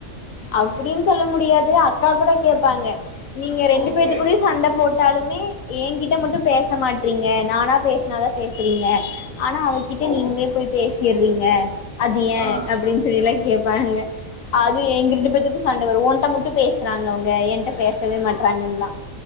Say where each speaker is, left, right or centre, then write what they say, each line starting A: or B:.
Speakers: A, on the left (about 70°); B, on the left (about 25°).
A: அப்டின் சொல்ல முடியாது அக்கா கூட கேப்பாங்க நீங்க ரெண்டு
B: ஓகே
A: பேத்து கூடயு சண்ட போட்டாலுமே எ கிட்ட மட்டு பேச மாட்றீங்க நானா பேசினாதா பேசுறீங்க ஆனா அவ கிட்ட
B: ஓ
A: நீங்களே போய் பேசிறீங்க அது ஏ
B: ஆஹ்
A: அப்டின் சொல்லிலா கேப்பாங்க அது எங்க ரெண்டு பேத்துக்கு சண்ட வரு ஒன்ட்ட மட்டு பேசுறாங்க அவுங்க என்ட பேசவே மாட்டறாங்கன்லா